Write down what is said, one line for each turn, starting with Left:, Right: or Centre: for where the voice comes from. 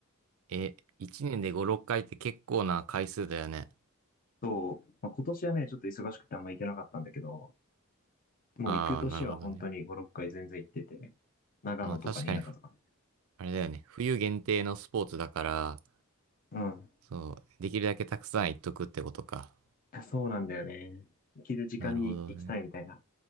Right: え、1年で5、6回って結構な回数だよね。
Left: そう、まあ、今年はね、ちょっと忙しくてあんま行けなかったんだけど、もう行く年は本当に5、
Right: ああ、なるほどね。
Left: 6回全然行ってて、長野とか新潟とかね。
Right: まあ確かに、ふあれだよね。冬限定のスポーツだから、
Left: うん。
Right: そう、できるだけたくさん行っとくってことか。
Left: いやそうなんだよね。行ける時間に行きたいみたいな。
Right: なるほどね。